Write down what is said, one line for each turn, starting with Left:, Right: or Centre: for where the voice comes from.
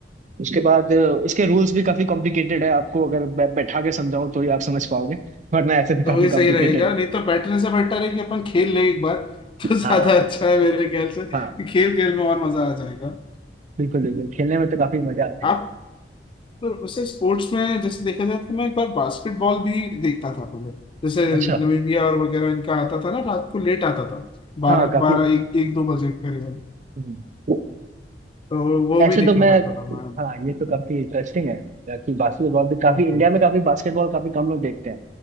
Right: उसके बाद अ, इसके रूल्स भी काफी कॉम्प्लिकेटेड है आपको अगर बै, बैठा के समझाऊं तो ही आप समझ पाओगे वरना ऐसे तो
Left: तो
Right: काफी
Left: ये
Right: कॉम्प्लिकेटेड
Left: सही रहेगा
Right: है
Left: नहीं तो बैठने से बेटर है कि अपन खेल लें एक बार <laughs> तो ज्यादा
Right: हाँ
Left: अच्छा है मेरे ख्याल से
Right: हाँ
Left: खेल खेल में और मजा आ जाएगा
Right: बिल्कुल बिल्कुल खेलने में तो काफी मजा आता
Left: आप
Right: है
Left: तो उसे स्पोर्ट्स में जैसे देखा जाए तो मैं एक बार बास्केटबॉल भी देखता था पहले जैसे
Right: अच्छा
Left: नमीबिया और वगैरह इनका आता था ना रात को लेट आता था बारह
Right: हाँ काफी
Left: बारह एक एक दो बजे करीबन
Right: हम्म।
Left: तो वो
Right: ऐसे
Left: भी देखा
Right: तो मैं
Left: करता था मैं
Right: हाँ ये तो काफी इंटरेस्टिंग है कि बास्केटबॉल भी काफी
Left: बिल्कुल
Right: इंडिया में काफी बास्केटबॉल काफी कम लोग देखते हैं